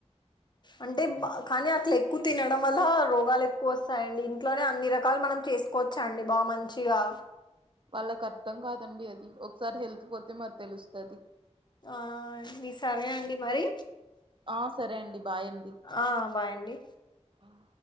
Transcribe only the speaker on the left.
అంటే కానీ అట్ల ఎక్కువ తినడం వల్ల రోగాలెక్కు వస్తాయండి ఇంట్లోనే అన్ని రకాలు మనం చేసు కోచ్చండి బా మంచిగా
ఆ సరే అండి మరి
ఆ బాయ్ అండి